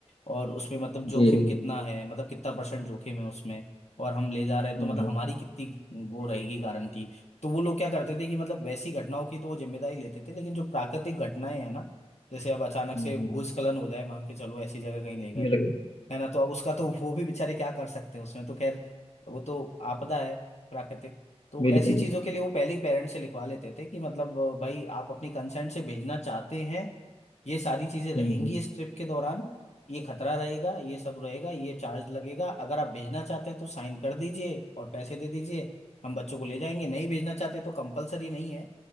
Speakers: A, on the left (about 80°); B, on the left (about 55°).
A: और उसमें मतलब
B: जी
A: जोखिम
B: जी
A: कितना है मतलब कितना परसेंट जोखिम है उसमें और हम ले जा रहे हैं तो
B: हम्म
A: मतलब हमारी
B: हम्म
A: कितनी वो रहेगी गारंटी तो वो लोग क्या करते थे कि मतलब वैसी घटनाओं की तो वो जिम्मेदारी लेते थे लेकिन जो प्राकृतिक भटनाएं हैं ना जैसे अब अचानक
B: हम्म,
A: से
B: हम्म।
A: भूस्खलन हो जाए मान के चलो ऐसी जगह कहीं ले गए
B: बिल्कुल
A: है ना तो अब उसका तो वो भी बेचारे क्या कर सकते हैं उसमें तो खैर वो तो आपदा है प्राकृतिक तो
B: बिल्कुल
A: ऐसी चीजों
B: बिल्कुल
A: के लिए वो पहले ही पेरेंट्स से लिखवा लेते थे कि मतलब अ, भाई आप अपनी कंसेंट से भेजना चाहते हैं ये सारी चीजें रहेंगी
B: हम्म हम्म
A: इस ट्रिप के दौरान ये खतरा रहेगा ये सब रहेगा ये चार्ज लगेगा अगर आप भेजना चाहते हैं तो साइन कर दीजिए और पैसे दे दीजिए हम बच्चों को ले जाएंगे नहीं भेजना चाहते तो कंपलसरी नहीं है